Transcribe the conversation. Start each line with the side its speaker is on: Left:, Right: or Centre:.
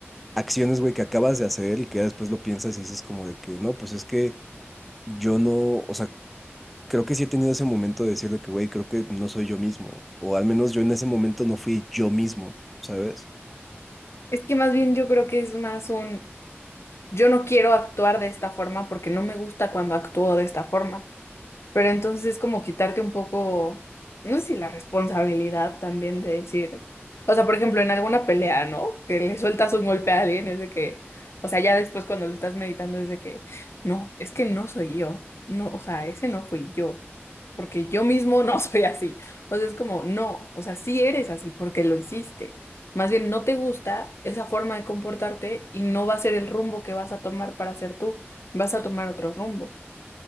Centre: acciones, güey, que acabas de hacer y que ya después lo piensas y dices como de que no, pues es que yo no, o sea, creo que sí he tenido ese momento de decir de que, güey, creo que no soy yo mismo, o al menos yo en ese momento no fui yo mismo, ¿sabes?
Left: es que más bien yo creo que es más un... Yo no quiero actuar de esta forma porque no me gusta cuando actúo de esta forma. Pero entonces es como quitarte un poco, no sé si la responsabilidad también de decir, o sea, por ejemplo, en alguna pelea, ¿no? Que le sueltas un golpe a alguien, es de que, o sea, ya después cuando lo estás meditando es de que, no, es que no soy yo, no, o sea, ese no fui yo, porque yo mismo no <laughs> soy así. O sea, es como, no, o sea, sí eres así porque lo hiciste. Más bien, no te gusta esa forma de comportarte y no va a ser el rumbo que vas a tomar para ser tú, vas a tomar otro rumbo.